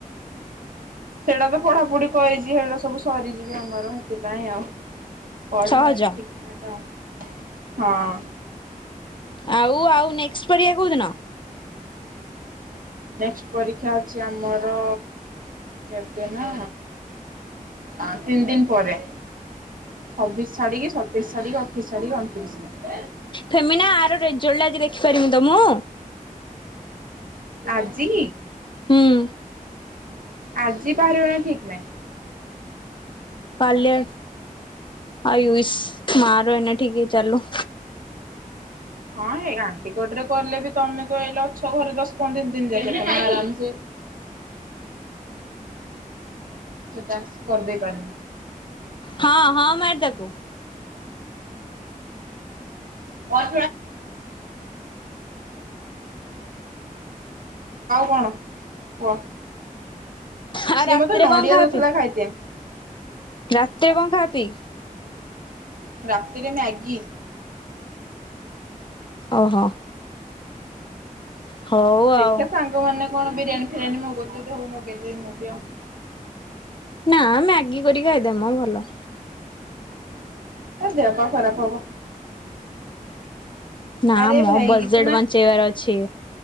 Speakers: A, on the right; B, on the left.
A: ସେଡା ତ ପଢାପଢି କରିଚି ହେଡା ସବୁ ସରି ଯିବି ଆମର ହେଥିପାଇଁ ଆଉ ପଢା
B: ସହଜ
A: ଠିକ୍ ଠାକ୍ ଆଉ।
B: ଆଉ ଆଉ ନେକ୍ସ ପରିଆ କୋଉଦିନ?
A: ନେକ୍ସଟ ପରୀକ୍ଷା ଅଛି ଆମର କେବେ ନା ଆଁ ତିନି ଦିନ ପରେ ଛବିସ୍ ଛାଡିକି ସତେଇଶି ଛାଡିକି ଅଠେଇ ଛାଡ଼ି ଅଣତିରିଶରେ
B: ଫେମିନା ଆର ରେଜଲ୍ଟ ଆଜି ଦେଖିପାରିମି ତ ମୁଁ।
A: ଆଜି
B: ହୁଁ।
A: ଆଜି ବାହାରିବ ନା ଠିକ୍ ନାଇଁ।
B: କାଲି <unintelligible> ମା ର ଏଇନେ ଠିକି ଚାଲୁ।
A: ହଁ ହେଇ ଆଣ୍ଟିକୋଟରେ କଲେ ବି ତମେ ତ ଏଇଲେ ଅଛ ଘରେ ଦଶ ପନ୍ଦର ଦିନ <inaudible> ଟାସ୍କ ଆରାମ ସେ ଟାକ୍ସ କରି ଦେଇ ପାରିବ
B: ହଁ ହଁ ମାର ତାକୁ।
A: <inaudible> ଅ ଆଉ କଣ କୁଅ
B: ଆଉ
A: ସିଏ
B: ରାତିରେ
A: ମତେ ନଡିଆ
B: କଣ ଖାଆ
A: ଦଉଥୁଲା
B: ପି
A: ଖାଇଦିଅ।
B: ରାତିରେ କଣ ଖା ପି?
A: ରାତିରେ ମ୍ୟାଗି।
B: ଓହୋ। ହଉ
A: ଦେଖିଆ
B: ଆଉ।
A: ସାଙ୍ଗ ମାନେ କଣ ବିରିୟାନୀ ଫିରିୟାନୀ ମଗଉଥିଲେ ଯଦି ହବ ମଗେଇଦବି ମୁଁ ବି ଆଉ।
B: ନା ମ୍ୟାଗି କରି ଖାଇଦେ ମ ଭଲ।
A: ଏ ଦେହ ପା ଖରାପ ହବ।
B: ନା
A: ଆରେ
B: ମୋ
A: ଭାଇ
B: ବଜେଟ୍
A: ଇତନା
B: ବଞ୍ଚେଇବାର ଅଛି।